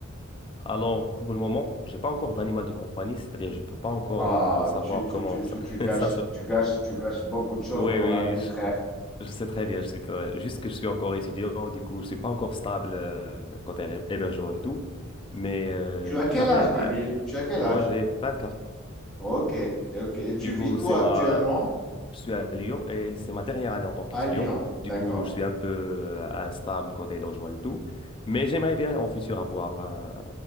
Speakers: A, on the left; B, in the centre.
A: Alors, pour le moment, j'ai pas encore d'animal de compagnie, c'est-à-dire je peux pas encore
B: Ah,
A: euh, savoir
B: tu, tu,
A: comment
B: tu,
A: ça,
B: tu, tu
A: <laughs>
B: gâches,
A: ça se...
B: tu gâches, tu gâches beaucoup de choses
A: Oui,
B: dans
A: oui,
B: la vie,
A: je,
B: frère.
A: je sais très bien, je suis très- bien. juste que je suis encore étudiant, du coup, je suis pas encore stable euh, côté hébergement et tout, mais euh,
B: Tu as quel
A: j'avais
B: âge,
A: un-
B: Nabil?
A: un-
B: Tu as quel
A: moi
B: âge?
A: j'ai 24
B: Ok, ok. Et tu
A: Du
B: vis
A: coup,
B: où
A: c'est
B: actuellement?
A: ma... je suis à Lyon et c'est ma dernière année en tant qu'étudiant.
B: À Lyon.
A: Du
B: D'accord.
A: coup, je suis un peu euh, instable côté logement et tout. Mais j'aimerais bien en futur avoir un,